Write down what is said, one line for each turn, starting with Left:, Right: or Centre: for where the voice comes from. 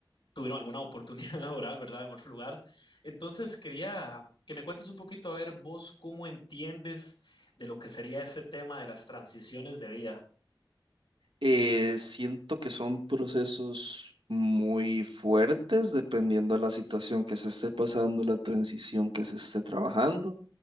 Left: tuvieron alguna oportunidad <laughs> laboral, ¿verdad? En otro lugar. Entonces, quería que me cuentes un poquito, a ver, vos cómo entiendes de lo que sería ese tema de las transiciones de vida.
Right: Eh, siento que son procesos muy fuertes dependiendo de la situación que se esté pasando, la transición que se esté trabajando.